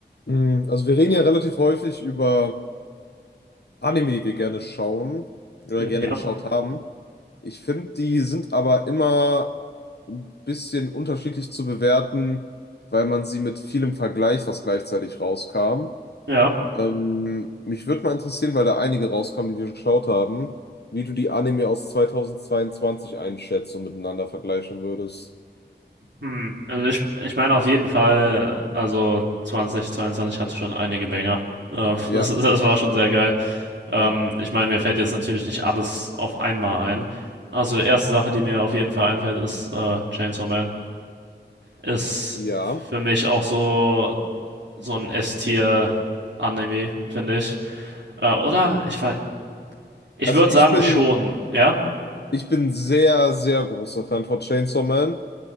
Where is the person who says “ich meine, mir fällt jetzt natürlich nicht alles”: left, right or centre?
Right